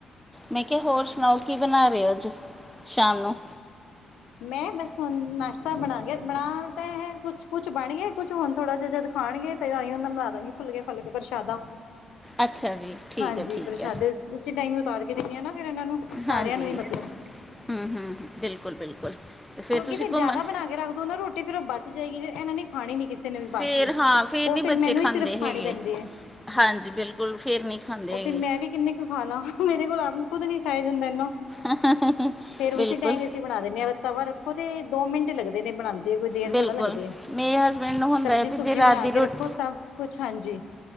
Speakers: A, in the centre; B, on the left (about 80°).
A: ਮੈਂ ਕਿਹਾ ਹੋਰ ਸੁਣਾਓ ਕੀ ਬਣਾ ਰਹੇ ਹੋ ਅੱਜ ਸ਼ਾਮ ਨੂੰ
B: ਮੈਂ ਬਸ ਹੁਣ ਨਾਸ਼ਤਾ ਬਣਾ ਗਿਆ ਬਣਾਤਾ ਹੈ ਕੁਛ- ਕੁਛ ਬਣ ਗਿਆ ਕੁਛ ਹੁਣ ਥੋੜ੍ਹਾ ਜਿਹਾ ਜਦ ਖਾਣਗੇ ਤੇ ਆਹੀਂ ਉਹਦਾ ਮਿਲਾ ਦਾਂਗੀ ਫੁੱਲਕੇ ਫੁੱਲ ਕੇ ਪ੍ਰਸ਼ਾਦਾ
A: ਅੱਛਾ ਜੀ ਠੀਕ
B: ਹਾਂਜੀ
A: ਹੈ- ਠੀਕ
B: ਪ੍ਰਸ਼ਾਦੇ
A: ਹੈ।
B: ਉਸੀ ਟਾਈਮ ਉਤਾਰ ਕੇ ਦੇਣੀ ਹਾਂ ਨਾ ਫਿਰ ਇਹਨਾਂ ਨੂੰ ਸਾਰਿਆਂ
A: ਹਾਂਜੀ
B: ਨੂੰ ਹੀ ਮਤਲਬ
A: ਹੂੰ- ਹੂੰ -ਹੂੰ ਬਿਲਕੁਲ- ਬਿਲਕੁਲ ਤੇ ਫਿਰ
B: ਕਿਉਂਕਿ
A: ਤੁਸੀਂ
B: ਫੇਰ ਜ਼ਿਆਦਾ
A: ਘੁੰਮਣ
B: ਬਣਾ ਕੇ ਰੱਖ ਦੋ ਨਾ, ਰੋਟੀ ਫੇਰ ਉਹ ਬਚ ਜਾਏਗੀ, ਫਿਰ ਇਹਨਾਂ ਨੇ ਖਾਣੀ ਨੀ ਕਿਸੇ ਕਿਸੇ ਨੇ ਵੀ ਬਾਸੀ,
A: ਫਿਰ ਹਾਂ ਫਿਰ
B: ਉਹ
A: ਨਹੀਂ
B: ਫੇਰ
A: ਬੱਚੇ
B: ਮੈਨੂੰ
A: ਖਾਂਦੇ
B: ਹੀ, ਸਿਰਫ਼
A: ਹੈਗੇ
B: ਖਾਣੀ ਪੈਂਦੀ ਹੈ।
A: ਹਾਂਜੀ, ਬਿਲਕੁਲ। ਫਿਰ ਨਹੀਂ ਖਾਂਦੇ
B: ਉਹ
A: ਹੈਗੇ
B: ਫੇਰ ਮੈਂ ਵੀ, ਕਿੰਨੀ ਕੁ ਖਾ ਲਾ, ਮੇਰੇ ਕੋਲ ਆਪ ਨੀ, ਖੁਦ ਨੀ ਖਾਇਆ ਜਾਂਦਾ ਇੰਨਾ
A: <inaudible>
B: ਫੇਰ ਉਸੀ
A: ਬਿਲਕੁਲ
B: ਟਾਈਮ ਬਣਾ ਦਿੰਦੇ ਆ, ਤਵਾ ਰੱਖੋ ਤੇ, ਦੋ ਮਿੰਟ ਲੱਗਦੇ ਨੇ ਬਣਾਂਦੇ। ਕੋਈ ਦੇਰ
A: ਬਿਲਕੁਲ
B: ਥੋੜ੍ਹਾ ਲੱਗਦੀ ਆ,
A: ਮੇਰੇ ਹਸਬੈਂਡ ਨੂੰ ਹੁੰਦਾ
B: ਸਬਜ਼ੀ
A: ਹੈ
B: -ਸੁਬਜੀ
A: ਵੀ ਜੇ ਰਾਤ
B: ਬਣਾ
A: ਦੀ ਰੋਟੀ
B: ਕੇ ਰੱਖੋ, ਸਭ ਕੁਛ ਹਾਂਜੀ।